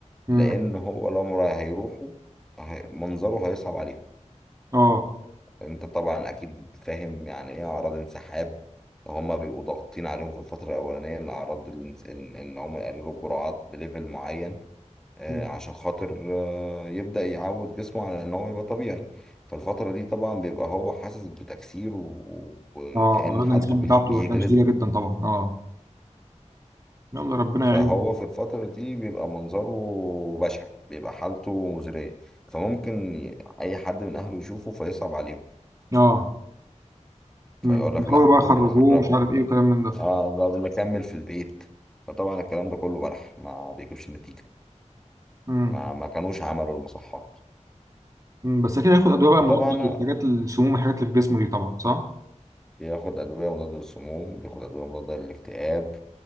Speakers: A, on the right (about 25°); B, in the centre.
A: مم.
B: لأن هو لو مرا- هيروحوا هي- منظره هيصعب عليهم
A: اه
B: أنت طبعا أكيد فاهم يعني إيه أعراض انسحاب هما بيبقوا ضاغطين عليهم في الفترة الأولانية الأعراض الانس- إن إن هما يقللوا الجرعات بليفل معين آه،
A: مم.
B: عشان خاطر آه، يبدأ يعود جسمه على إن هو يبقى طبيعي فالفترة دي طبعا بيبقى هو حاسس بتكسير و- و- وكأن
A: اه أعراض
B: حد
A: الانسحاب
B: بي-
A: بتاعته
B: بيجلده
A: هتلاقيها شديدة جدا طبعا اه يلا ربنا
B: فهو
A: يعينه
B: في الفترة دي بيبقى منظره بشع بيبقى حالته مزرية فممكن ي- أي حد من أهله يشوفه فيصعب عليهم
A: اه
B: فيقول
A: مم.
B: لك
A: يحاولوا
B: لا
A: بقى يخرجوه
B: طب نخرجه
A: ومش عارف ايه
B: طب
A: وكلام من ده
B: آه طب نكمل في البيت فطبعا الكلام ده كله بلح ما بيجيبش نتيجة
A: مم.
B: ما, ما كانوش عملوا المصحات
A: مم. بس أكيد هياخد أدوية بقى
B: وطبعا
A: مضادة للحاجات السموم الحاجات اللي في جسمه دي طبعا صح؟
B: بياخد أدوية مضادة للسموم بياخد أدوية مضادة للاكتئاب